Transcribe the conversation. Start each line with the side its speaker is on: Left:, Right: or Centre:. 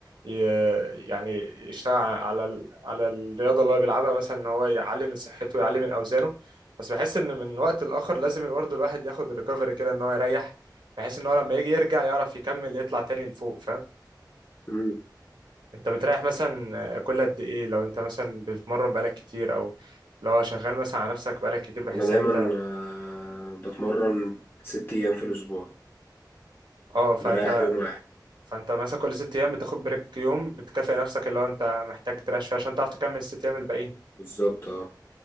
Right: ي- يعني يشتغل على ال- على الرياضة اللي هو بيلعبها مثلا ان هو يعلي من صحته ويعلي من اوزانه بس بحس ان من وقت لاخر لازم برضه الواحد ياخد الريكفري كده ان هو يريح بحيث ان هو لما يجي يرجع يعرف يكمل يطلع تاني لفوق فاهم
Left: مم.
Right: انت بتريح مثلا آه، كل قد ايه لو انت مثلا بتتمرن بقالك كتير او لو شغال مثلا على نفسك بقالك كتير بحيث
Left: أنا دايما
Right: ان انت
Left: آه، بتمرن ست أيام في الأسبوع
Right: اه فانت
Left: بريح يوم واحد
Right: فانت مثلا كل ست ايام بتاخد بريك يوم بتكافئ نفسك اللي هو انت محتاج تريح شويه عشان تعرف تكمل الست ايام الباقيين
Left: بالظبط اه